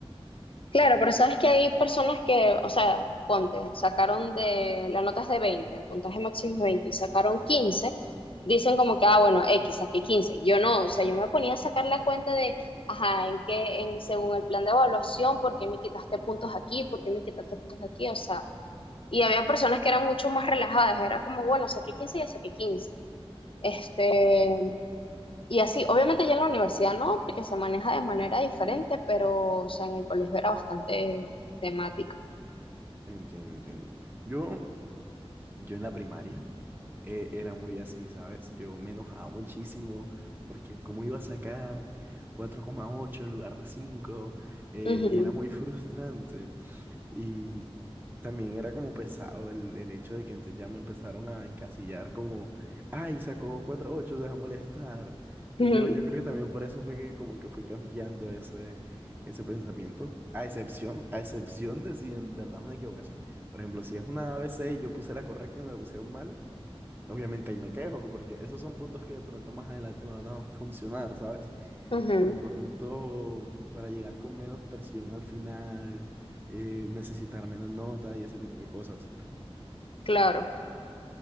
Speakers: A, on the left (about 60°); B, on the right (about 20°).
A: Claro, pero sabes que hay personas que, o sea, ponte, sacaron de, la nota es de 20, el puntaje máximo es 20 y sacaron 15, dicen como que, ah, bueno, X, saqué quince, Yo no, o sea, yo me ponía a sacar la cuenta de, ajá, en qué, en, según el plan de evaluación, por qué me quitaste puntos aquí, por qué me quitaste puntos aquí, o sea, y había personas que eran mucho más relajadas, era como, bueno, saqué 15 y ya saqué quince, Este, y así, obviamente ya en la universidad no, porque se maneja de manera diferente, pero o sea, en el colegio era bastante temática.
B: Entiendo, entiendo. Yo, yo en la primaria eh, era muy así, ¿sabes? Yo me enojaba muchísimo porque cómo iba a sacar cuatro coma ocho en lugar de 5, eh,
A: Ujú,
B: y era muy frustrante. Y También era como pesado el, el hecho de que entonces ya me empezaron a encasillar como, ay, sacó 4.8, se va a molestar.
A: ujú,
B: Yo, yo creo que también por eso fue que como que fui cambiando ese, ese pensamiento, a excepción, a excepción de si en verdad es una equivocación. Por ejemplo, si es una ABC y yo puse la correcta y me la pusieron mal, obviamente ahí me quejo, porque esos son puntos que de pronto más adelante me van a funcionar, ¿sabes?
A: ujú,
B: De pronto, para llegar con menos presión al final, eh, necesitar menos nota y ese tipo de cosas.
A: claro.